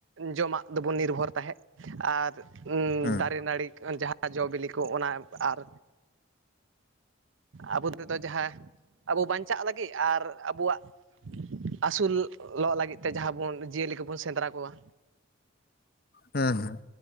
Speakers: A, on the right; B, on the left.
A: ᱡᱚᱢᱟᱜ ᱫᱚᱵᱚᱱ ᱱᱤᱨᱵᱷᱚᱨ ᱛᱟᱦᱮᱸᱫ ᱟᱨ
B: ᱦᱮᱸ
A: ᱫᱟᱨᱮ ᱱᱟᱹᱲᱤ ᱡᱟᱦᱟᱸ ᱡᱚ ᱵᱤᱞᱤ ᱠᱚ ᱚᱱᱟ ᱟᱨ ᱟᱵᱚ ᱛᱮᱫᱚ ᱡᱟᱦᱟᱸ ᱟᱵᱚ ᱵᱟᱧᱪᱟᱜ ᱞᱟᱹᱜᱤᱫ ᱟᱨ ᱟᱵᱚᱣᱟᱜ ᱟᱹᱥᱩᱞᱚᱜ ᱞᱟᱹᱜᱤᱫ ᱛᱮ ᱡᱟᱦᱟᱸ ᱵᱚᱱ ᱡᱤᱭᱟᱹᱞᱤ ᱠᱚᱵᱚᱱ ᱥᱮᱸᱫᱽᱨᱟ ᱠᱚᱣᱟ
B: ᱦᱮᱸ ᱦᱮᱸ